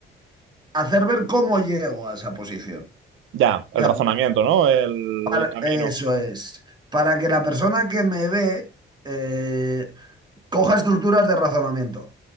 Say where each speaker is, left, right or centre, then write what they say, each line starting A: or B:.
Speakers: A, on the right (about 20°); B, on the right (about 80°).
A: hacer ver cómo llego a esa posición.
B: Ya, el
A: Claro,
B: razonamiento, ¿no? El,
A: para-
B: el camino.
A: eso es. Para que la persona que me ve, eh, coja estructuras de razonamiento.